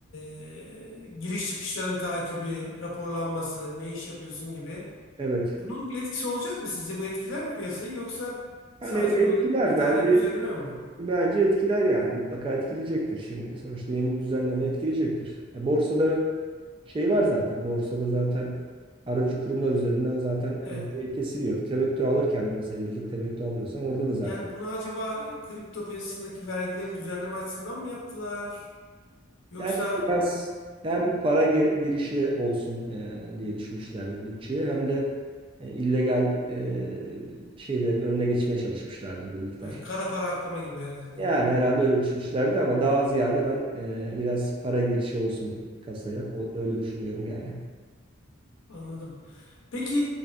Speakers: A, on the left (about 70°); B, on the right (about 25°).
A: ee, giriş çıkışların takibi, raporlanması, ne iş yapıyorsun gibi.
B: Evet.
A: Bunun bir etkisi olacak mı sizce? Bu etkiler mi piyasayı yoksa sadece
B: Yani et- etkiler
A: böyle idari
B: bence
A: bir düzenleme mi bu?
B: bence etkiler yani mutlaka etkileyecektir. Şimdi sonuçta yeni bir düzenleme etkileyecektir. Ya borsada şey var zaten. Borsada zaten aracı kurumlar üzerinden zaten
A: Evet.
B: e, şey kesiliyor. Temettü alırken de mesela yıllık temettü alıyorsan orada da zaten
A: Yani bunu acaba kripto piyasasındaki vergileri düzenleme açısından mı yaptılar? Yoksa
B: Bence biraz hem para ge- girişi olsun e, diye düşünmüşlerdir bütçeye hem de e, illegal e, şeylerin önüne geçmeye çalışmışlardır bir miktar.
A: ha, kara para aklama gibi herhalde.
B: Yani herhalde öyle düşünmüşlerdi ama daha ziyade ben e, biraz para girişi olsun kasaya. O, öyle düşünüyorum yani.
A: Anladım. Peki